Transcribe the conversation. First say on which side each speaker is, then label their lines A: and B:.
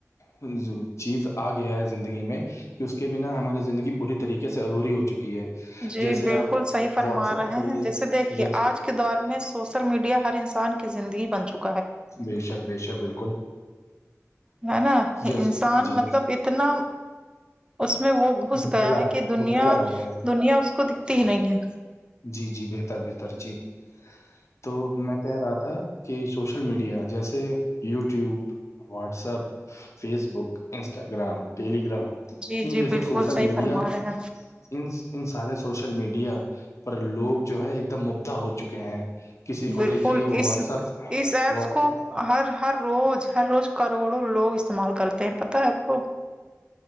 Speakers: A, on the left (about 65°); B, on the right (about 15°).
A: جی چیز آ گیا ہے زندگی میں کہ اس کے بنا ہماری زندگی پوری طریقے سے ادھوری ہو چکی ہے
B: جی
A: جیسے
B: بالکل
A: آپ
B: صحیح فرما
A: واٹس ایپ
B: رہے
A: پکڑیے
B: ہیں جیسے دیکھیے
A: جیسے
B: آج کے دور میں سوسل میڈیا ہر انسان کی زندگی بن چکی
A: بے شک بے شک بالکل
B: ہے نا
A: جیسے
B: انسان
A: جی
B: مطلب اتنا اس میں وہ
A: مبتلا
B: گھس گیا ہے کہ دنیا
A: مبتلا ہو گیا ہے
B: دنیا اس کو دکھتی ہی نہیں ہے
A: جی جی بہتر بہتر جی تو میں کہہ رہا تھا کہ سوشل میڈیا جیسے YouTube WhatsApp Facebook Instagram Telegram
B: جی
A: ان
B: جی
A: جیسے
B: بالکل
A: سوشل
B: صحیح
A: میڈیا
B: فرما رہے
A: ان ان سارے سوشل میڈیا پر لوگ جو ہے ایک دم مبتا ہو چکے ہیں کسی
B: بالکل
A: کو دیکھیے وہ
B: اس
A: واٹسپ
B: اس ایپس
A: واٹسپ
B: کو ہر ہر روز ہر روز کروڑوں لوگ استعمال کرتے ہیں پتہ ہے آپ کو